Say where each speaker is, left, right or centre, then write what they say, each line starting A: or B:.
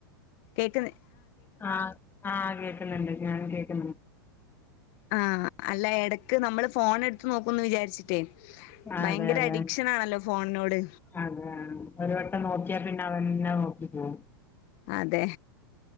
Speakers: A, on the left (about 50°); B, on the left (about 15°).
A: കേക്ന്ന്
B: ആ ആ കേൾ കുന്നുണ്ട് നാനും കേൾക്കുന്നു
A: ആ അല്ല എടക്ക് നമ്മള് ഫോ ഫോൺ എടുത്ത് നോക്കുന്നു വിചാരിച്ചിട്ടേ
B: അതെ
A: ഭയങ്കര
B: അതെ
A: അഡിക്ഷൻാണല്ലോ ഫോണിനോട്
B: അതെ ഒരു വട്ടം നോക്കിയാൽ പിന്നെ അതന്നെ നോക്കി പോകും
A: അതെ